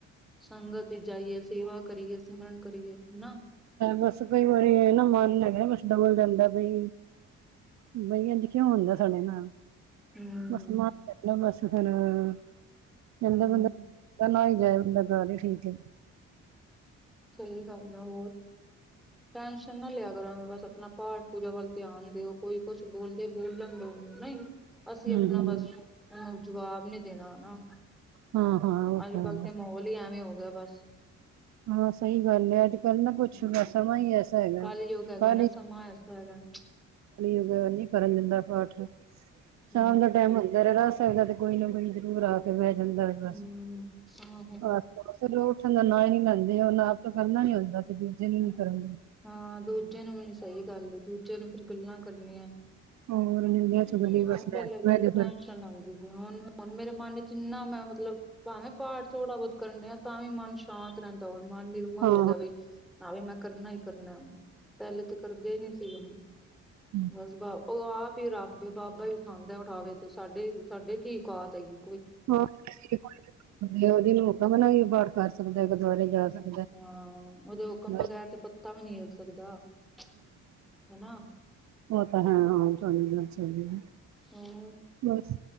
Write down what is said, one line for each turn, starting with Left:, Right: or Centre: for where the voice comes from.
Centre: ਸੰਗਤ ਜਾਈਏ। ਸੇਵਾ ਕਰੀਏ, ਸਿਮਰਨ ਕਰੀਏ ਹਨਾ।
Right: ਬਸ ਕਈ ਵਾਰੀ ਇਹ ਨਾ ਮਨ ਹੈਗਾ ਬਸ ਡਬਲ ਜਾਂਦਾ ਐ। ਬਈ, ਬਈ ਅੱਜ ਕਿਉਂ ਹੁੰਦਾ ਸਾਡੇ ਨਾਲ?
Centre: ਹੂੰ।
Right: ਸਮਾਨ ਬਸ ਫੇਰ ਕਹਿੰਦਾ
Centre: ਹਾਂ
Right: ਬੰਦਾ ਪੇਲਾ ਏ ਜਾਏ ਅੰਦੇ ਘਰ ਈ ਠੀਕ ਏ।
Centre: ਸਈ ਗੱਲ ਆ ਹੋਰ ਟੈਸ਼ਨ ਨਾ ਲਿਆ ਕਰੋ ਐਮੇ ਬਸ ਆਪਣਾ ਪਾਠ ਪੂਜਾ ਵੱਲ ਧਿਆਨ ਦਿਓ ਕੋਈ ਕੁਛ ਬੋਲਦੇ ਬੋਲਣ ਦ ਓਨੂੰ ਨਾ ਅਸੀਂ
Right: ਹੂੰ
Centre: ਆਪਣਾ
Right: ਹੂੰ
Centre: ਬਸ ਓਨੂੰ ਜਵਾਬ ਨੀ ਦੇਣਾ ਹਨਾ।
Right: ਹਾਂ ਹਾਂ ਉਹ
Centre: ਅੱਜ-ਕੱਲ
Right: ਤਾਂ ਹੈ
Centre: ਤੇ ਮਾਹੌਲ ਈ ਐਵੇਂ ਹੋ ਗਿਆ ਬਸ।
Right: ਹਾਂ ਸਹੀ ਗੱਲ ਐ ਅੱਜ ਗੱਲ ਨਾ ਕੁੱਛਣਾ
Centre: ਹੂੰ
Right: ਸਮਾਂ ਹੀ ਐਸਾ ਹੈਗਾ
Centre: ਕੱਲ ਯੁੱਗ ਹੈਗਾ
Right: ਪਾਣੀ
Centre: ਨਾ ਸਮਾਂ ਐਸਾ ਹੈਗਾ
Right: ਹੋ ਨੀ ਕਰਨ ਦਿੰਦਾ ਪਾਠ
Centre: ਹੂੰ
Right: ਸ਼ਾਮ ਦਾ ਟੈਮ ਹੁੰਦਾ ਰਹਿਰਾਸ ਸਕਦਾ ਤੇ ਕੋਈ ਨਾ ਕੋਈ ਜਰੂਰ ਆ ਕੇ ਬਹਿ ਜਾਂਦਾ ਬਸ
Centre: ਹੂੰ ਆਹੋ
Right: ਬਸ। ਫਿਰ ਉਹ ਉੱਠਣ ਦਾ ਨ ਈ ਨੀ ਲੈਂਦੇ ਉਹ ਨਾ ਆਪ ਕਰਨਾ ਨੀ ਹੁੰਦਾ ਤੇ ਦੂਜੇ
Centre: ਹਮ,
Right: ਨੂੰ ਨੀ ਕਰਨ ਦਿੰਦੇ।
Centre: ਹਾਂ ਦੂਜਿਆਂ ਨੂੰ ਵੀ ਸਹੀ ਗੱਲ ਐ ਦੂਜਿਆਂ ਨੂੰ ਫੇਰ ਗੱਲਾਂ ਕਰਨੀਆਂ। ਹੂੰ
Right: ਹੋਰ ਨਿੰਦਿਆ ਚੁਗਲੀ ਬਸ
Centre: ਮੈਂ ਪਹਿਲੇ
Right: ਲੈ ਬਹਿ
Centre: ਬੜੀ
Right: ਜਾਓ ਫਿਰ
Centre: ਟੈਨ ਪੁਣ ਲੱਗ ਗਈ ਸੀ ਹੁਣ ਹੁਣ ਮੇਰੇ ਮਨ ਚ ਇੰਨਾ ਮੈਂ ਮਤਲਬ ਭਾਵੇਂ ਪਾਠ ਥੋੜ੍ਹਾ ਬਹੁਤ ਕਰਨੇ ਆ ਤਾਂ ਵੀ ਮਨ ਸ਼ਾਂਤ ਰਹਿੰਦਾ ਹੁਣ ਮਨ ਨਿਰਮਲ
Right: ਹਾਂ
Centre: ਹੋ ਗਿਆ
Right: ਹਾਂ
Centre: ਬਈ ਹਵੇ ਮੈਂ ਕਰਨਾ ਈ ਕਰਨਾ। ਪਹਿਲੇ ਤਾਂ ਕਰਦੇ ਨੀ ਸੀ ਓਨੂੰ।
Right: <inaudible>
Centre: ਬਸ ਬਾ ਓ ਆਪ ਹੀ ਰੱਬ ਬਾਬਾ ਹੀ ਉਠਾਦਾ ਉਠਾਵੇ ਤੇ ਸਾਡੇ ਸਾਡੇ ਓਕਾਤ ਐ ਜੀ।
Right: ਹਾਂ ਉਹਦੀ ਮੌਕਾ ਮਨਾ ਵੀ ਪਾਠ ਕਰ ਸਕਦਾ ਗੁਰਦੁਆਰੇ ਜਾ ਸਕਦਾ।
Centre: ਹਾਂ ਓਦੇ ਹੁਕਮ
Right: ਬਸ
Centre: ਬਗੈਰ ਤੇ ਪੱਤਾ ਵੀ ਨੀ ਹਿਲ ਸਕਦਾ ਹਨਾ।
Right: ਓ ਤਾਂ ਹੈ ਹਾਂ ਸਈ, ਸਈ
Centre: ਹੂੰ
Right: ਬਸ।